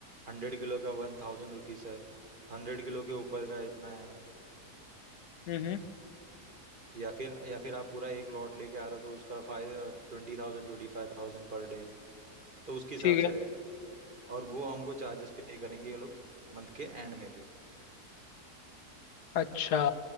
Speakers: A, on the right; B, on the left.
A: हंड्रेड किलो का वन थाउजेंड रुपीज़ है हंड्रेड किलो के ऊपर का इतना है
B: हम्म
A: या फिर या फिर आप पूरा एक लॉट लेके आ रहे हो तो उसका फाइव ट्वेंटी थाउजेंड ट्वेंटी फाइव थाउजेंड पर डे तो उसके हिसाब
B: ठीक है
A: से रहेगा और वो हमको चार्जेस पे करेंगे ये लोग मंथ के एंड में फिर
B: अच्छा